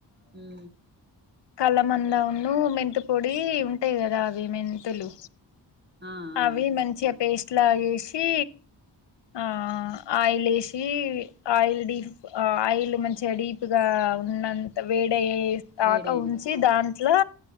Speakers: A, on the right; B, on the left.
A: ఉ
B: కలబంద ను మెంతుపొడి ఉంటాయి కదా అవి మెంతులు
A: ఆ ఆ
B: అవి మంచిగా పేస్ట్ లా చేసి ఆ ఆయిల్ వేసి ఆయిల్ డి ఆ ఆయిల్ మంచిగా డీప్ గా ఉన్నంత వేడై
A: వేడైనా
B: ఆక ఉంచి దాంట్లో